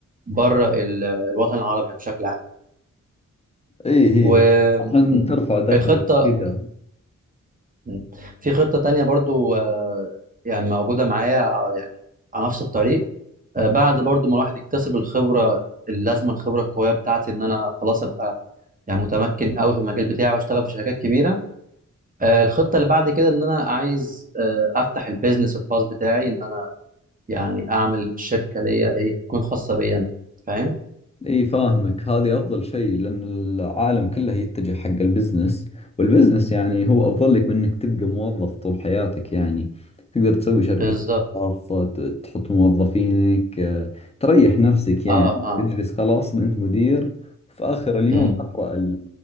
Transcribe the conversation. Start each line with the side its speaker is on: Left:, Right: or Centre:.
Right: بره ال- الوطن العربي يعني بشكل عام
Left: اي هي
Right: والخطه
Left: عشان ترفع دخلك كذا
Right: مم. في خطة تانية برضو آه، يعني موجودة معايا آه، يعني على نفس الطريق آه، بعد برضو ما الواحد يكتسب الخبرة اللازمة الخبرة القوية بتاعتي إن أنا خلاص أبقى يعني متمكن قوي في المجال بتاعي واشتغل في شركات كبيرة آه، الخطة اللي بعد كده إن أنا عايز آه، أفتح البيزنس الخاص بتاعي إن أنا يعني أعمل شركة ليا إيه تكون خاصة بيا أنا فاهم؟
Left: اي فاهمك هذه افضل شيء لان العالم كله يتجه حق البزنس والبزنس يعني هو افضل لك من انك تبقى موظف طول حياتك يعني تقدر تسوي شركة
Right: بالظبط
Left: خاصة ت- تحط موظفينك آه، تريح نفسك يعني
Right: آه آه
Left: تجلس خلاص انت مدير في اخر اليوم
Right: مم.
Left: تقرأ